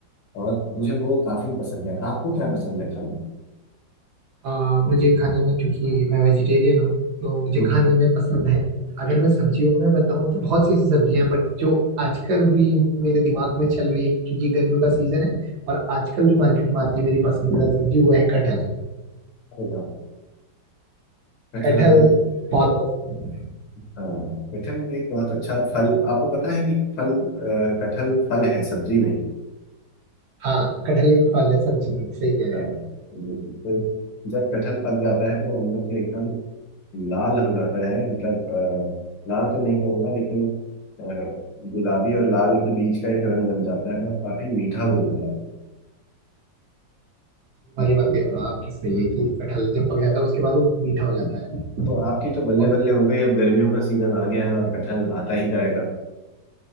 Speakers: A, on the left; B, on the right.
A: और मुझे वो काफी पसंद है आपको क्या पसंद है खाने में
B: आ, मुझे खाने में क्योंकि मैं वेजिटेरियन हूँ तो मुझे
A: हम्म,
B: खाने में पसंद है अगर मैं सब्जियों में बताऊँ तो बहुत सी ऐसी सब्जियां हैं बट जो आजकल भी मेरे दिमाग में चल रही है क्योंकि गर्मियों का सीजन है और आजकल जो मार्केट में आती है मेरी पसंदीदा सब्जी वो है कटहल
A: अरे वाह कटहल
B: कटहल
A: आपको
B: बहुत पसंद
A: हाँ कटहल में एक बहुत अच्छा फल आपको पता है कि फल अ, कटहल फल है सब्जी नहीं
B: हाँ कटहल एक फल है सब्जी नहीं सही कह रहे
A: हाँ
B: हैं आप।
A: तो तो जब कटहल पक जाता है तो वो अंदर से एकदम लाल हो जाता है मतलब अ, लाल तो नहीं कहूँगा लेकिन अ, गुलाबी और लाल के बीच का एक रंग बन जाता है और काफी मीठा वो हो जाता है
B: हमारी बात ये- आपकी सही है कि कटहल जब पक जाता है उसके बाद वो मीठा हो जाता है
A: तो आपकी तो बल्ले
B: और
A: बल्ले हो गई अब गर्मियों का सीजन आ गया है और कटहल आता ही जाएगा